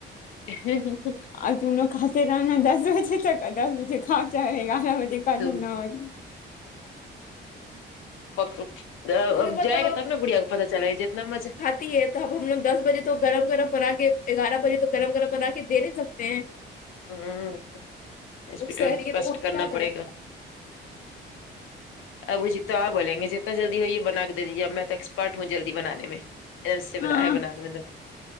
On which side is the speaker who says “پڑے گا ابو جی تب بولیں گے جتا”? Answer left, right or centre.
Left